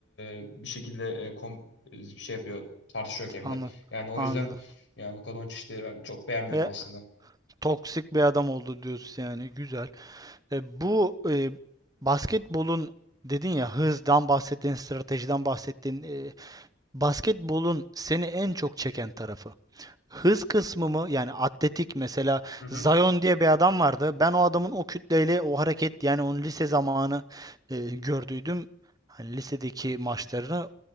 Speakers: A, on the left; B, on the right.
A: e, bir şekilde e, kom- e, şey yapıyor, tartışıyor hakemle.
B: anladım.
A: Yani o
B: Anladım.
A: yüzden yani Luka Doncic'i de ben çok beğenmiyorum
B: Ee,
A: aslında.
B: Toksik bir adam oldu diyorsun yani. Güzel. E, bu e, basketbolun dedin ya hızdan bahsettin, stratejiden bahsettin. E, basketbolun seni en çok çeken tarafı. Hız kısmı mı? Yani atletik mesela
A: Hı hı.
B: Zion diye bir adam vardı. Ben o adamın o kütleyle o hareket yani onun lise zamanı e, gördüydüm. Hani lisedeki maçlarını